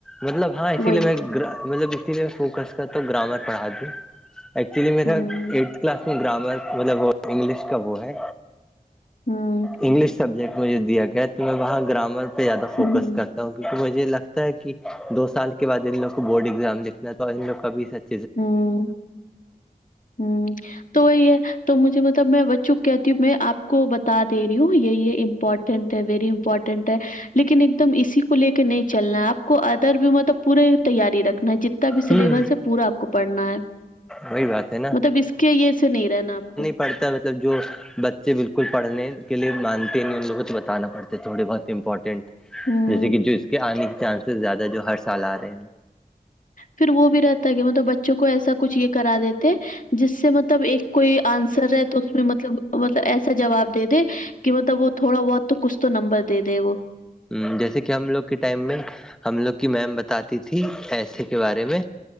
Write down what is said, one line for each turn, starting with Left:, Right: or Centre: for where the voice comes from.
Centre: مطلب ہاں اسی
Left: وہی
Centre: لیے میں گ مطلب اسی لیے فوکس کر تو گرامر پڑھا د ایکچولی میرا
Left: ہوں
Centre: ایٹھ کلاس اس میں گرامر مطلب وہ انگلش کا وہ ہے
Left: ہاں
Centre: انگلش سبجیکٹ مجھے دیا گیا تو میں وہاں گرامر پہ زیادہ فوکس
Left: ہوں
Centre: کر کیونک مجھے لگتا ہے کہ دو سال کے بع ان لوگ کو بورڈ ایگزام دکھنا تھا اور ان لوگ کا بھی س
Left: ہوں ہوں تو یہی ہے تو مجھے مطلب میں ب چک کہتی ہوں میں آپ کو بتا دے رہی ہوں یہی ہے امپورٹنٹ ہے ویری امپورٹنٹ ہے لیکن ایک دم اسی کو لے کے نہیں چلنا ہے آپ کو ادر بھی مطلب پوری تیاری رکھنا ہے جتنا ب سلیبس
Centre: ہوں
Left: سے پورا آپ کو پڑھنا ہے
Centre: وہی بات ہے
Left: مطلب اس کے یہ سے نہیں رہنا آپ کو
Centre: پڑھتا ہے مطلب جو بچے بالکل پڑھنے کے لیے مانتے نہیں ان لوگ کو تو بتانا پڑتے تھوڑے بہت امپورٹینٹ
Left: ہوں،
Centre: جیسے کہ جو اس کے آنے کے چانسز زیادہ ہے جو ہر سال آ رہے ہیں
Left: پھر وہ بھی رہتا ہے کہ مطلب بچوں کو ایسا کچھ یہ کرا دیتے جس سے مطلب ایک کوئی آنسر ہے تو اس میں مطلب مطلب ایسا جواب دے دے کہ مطلب وہ تھوڑا بہت تو کچھ تو نمبر دے دے وہ
Centre: ہ جیسے کہ ہم لوگ کے ٹائم میں ہم لوگ کی میم بتاتی تھی ایسے کے بارے میں